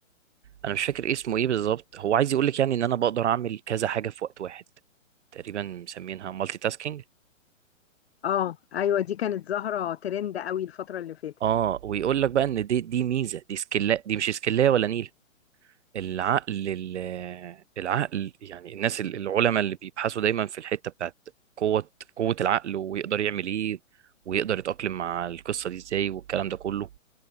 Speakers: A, on the right; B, on the left.
A: أنا مش فاكر اسمه إيه بالظبط هو عايز يقولك يعني إن أنا بقدر أعمل كذا حاجة في وقت واحد تقريبا مسمينها مالتي تاسكينج
B: اه ايوه دي كانت ظاهره ترند قوي الفتره اللي فاتت
A: اه ويقول لك بقى ان دي دي ميزه دي سكيلا دي مش سكيلايه ولا نيله العقل ال- العقل يعني الناس ال- العلماء اللي بيبحثوا دايما في الحتة بتاعت قوة قوة العقل ويقدر يعمل ايه ويقدر يتأقلم مع القصة دي ازاي والكلام ده كله